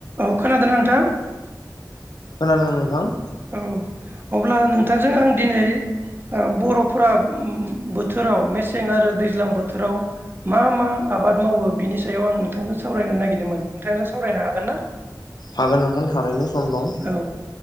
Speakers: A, on the right; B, on the left.
A: औ खोनादों ना नोंथां?
B: खोनादों नोंथां।
A: औ अब्ला नोंथांजों आं दिनै बर'फ्रा बोथोराव मेसें आरो दैज्लां बोथोराव मा मा आबाद मावो बिनि सायाव आं नोंथांजों सावरायनो नागिरदोंमोन। नोंथांजों सावरायनो हागोन ना?
B: हागोन नोंथां थारैनो सम दं
A: औ।